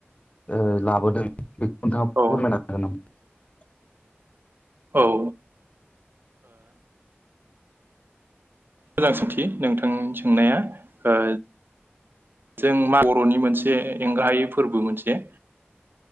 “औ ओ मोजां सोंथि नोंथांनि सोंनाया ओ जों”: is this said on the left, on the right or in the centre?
Right